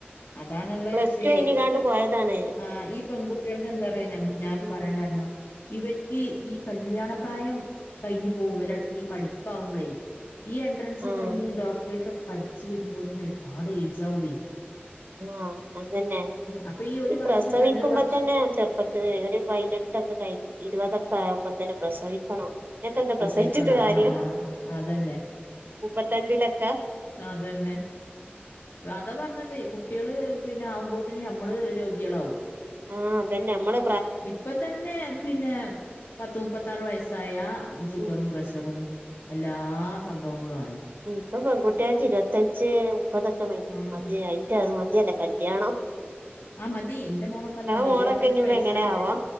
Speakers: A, on the left (about 80°); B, on the right (about 55°).
A: അതാണ്ള്ളെ
B: പ്ലസ്
A: വിഷയേയ്
B: ടു കഴിഞ്ഞ്കാണ്ട്
A: ഇപ്
B: പോയതാണ്
A: ആഹ് ഈ പെങ്കുട്ട്യേൾത് എന്താ അറിയോ ഞമ്മ് ഞാം
B: ഉം
A: പറയാൻ കാരണം ഇവര്ക്ക് ഈ കല്യാണപ്രായം കയ്ഞ്ഞു പോവല്
B: ഉം
A: ഈ പഠിപ്പാവുബ്ലേ ഈ എൻട്രൻസൊ
B: ആഹ്
A: കഴിഞ്ഞ് ഡോക്ടറേറ്റ് പഠിച്ച് വരുമ്പോത്തിന് ഒരുപാട് ഏജാവൊയ്
B: ആഹ് അതന്നെ
A: അപ്പൊ ഒരു
B: ഈ
A: വർഷം
B: പ്രസവിക്കുമ്പതന്നെ
A: രണ്ട് വർഷം
B: ചെർപ്പ രെരു പയ്നെട്ടൊക്കെ കയ്ഞ് ഇരുവതക്കെ ആയമ്പത്തിനെ പ്രസവിക്കണം പിന്നൊക്കെ എന്താ
A: പ്രസവിക്കണം
B: പ്രസവിച്ചിട്ട് കാര്യം
A: ആഹ് ആഹ് ആഹ് അതന്നെ
B: മുപ്പത്തഞ്ചിലൊക്കെ
A: അതന്നെ അതാ പർഞ്ഞതേ കുട്ട്യേള് പിന്നെ ആവുമ്പോത്തിന്ന് യമ്മള് ഇളവു
B: ആഹ് അതന്നെ യമ്മള്
A: ഇപ്പതന്നെ പിന്നെ പത്ത് മുപ്പത്താറ് വയസ്സായ ഷുഗറും
B: ഉം
A: പ്രഷറും എല്ലാ സംഭവങ്ങളു ആണ്
B: ഇപ്പ പെൺകുട്ട്യേൾക്ക് ഇരുപത്തഞ്ച് മുപ്പതൊക്കെ മയ്
A: ആ ആ
B: മത്യാറ്റാന്നു മത്യയല്ലേ കല്യാണോ
A: ആഹ് മതി ന്റെ മോളൊപ്പതാ പർഞ്ഞെ
B: മോളൊക്കെ
A: ഇരുപത്തഞ്ച്
B: ഇനി
A: വയസ്സൊരെ
B: എങ്ങനെയാവോ